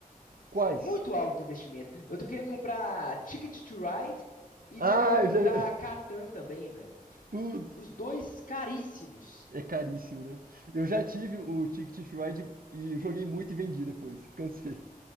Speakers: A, on the right; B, on the left.
A: Quais?
B: muito alto o investimento. Eu tô querendo comprar Ticket to Ride e
A: Ah,
B: tô querendo
A: eu
B: comprar
A: já <laughs>
B: Catan também, velho.
A: Putz,
B: Os dois caríssimos.
A: é caríssimo, né? Eu já tive o Ticket to Ride e joguei muito e vendi depois, cansei.